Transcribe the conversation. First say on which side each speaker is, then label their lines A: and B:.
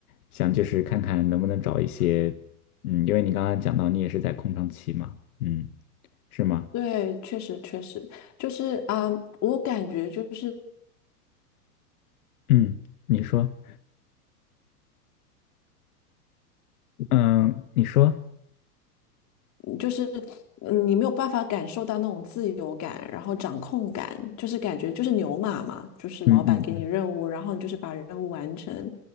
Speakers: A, on the left; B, on the left.
A: 想就是看看能不能找一些，嗯，因为你刚刚讲到你也是在空窗期嘛，嗯，是吗？
B: 对，确实确实，就是啊、我感觉就是
A: 嗯，你说。嗯，你说，
B: 就是嗯你没有办法感受到那种自由感，然后掌控感，就是感觉就是牛马嘛，就是老板给你任务，
A: 嗯嗯嗯
B: 然后你就是把任务完成，